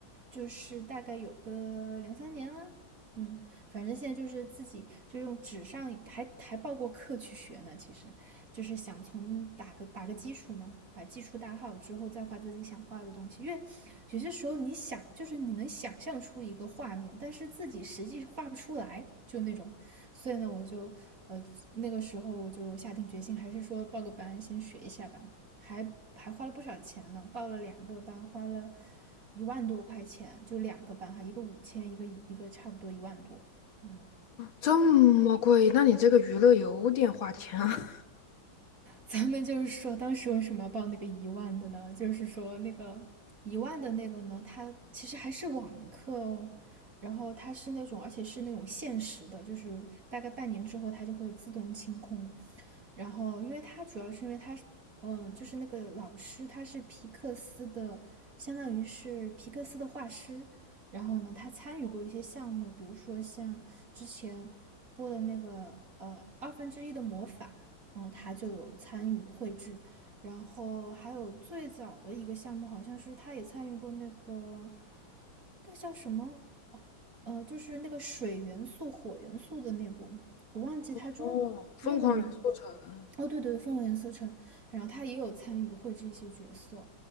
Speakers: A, on the right (about 40°); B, on the left (about 70°).
A: 就是大概有个两三年了，嗯，反正现在就是自己就用纸上还还报过课去学呢，其实就是想从打个打个基础嘛，把基础打好之后再画自己想画的东西，因为有些时候你想就是你能想象出一个画面，但是自己实际画不出来，就那种。所以呢，我就呃那个时候我就下定决心，还是说报个班先学一下吧，还还花了不少钱呢，报了两个班，花了一万多块钱，就两个班哈，一个五千，一个一个差不多一万多，嗯，
B: 这么贵？那你这个娱乐有点花钱啊。
A: 咱们就是说，当时为什么要报那个一万的呢？就是说那个一万的那个呢，它其实还是网课哦，然后它是那种，而且是那种限时的，就是大概半年之后它就会自动清空。然后，因为它主要是因为它，嗯，就是那个老师他是皮克斯的，相当于是皮克斯的画师。然后呢，他参与过一些项目，比如说像之前播的那个呃二分之一的魔法，嗯，他就有参与绘制。然后还有最早的一个项目，好像是他也参与过那个，那个叫什么？哦，呃，就是那个水元素、火元素的那部，我忘记他中英文名。
B: 哦，疯狂元素城，
A: 哦，对对对，《烽火连四城》，然后他也有参与绘制一些角色，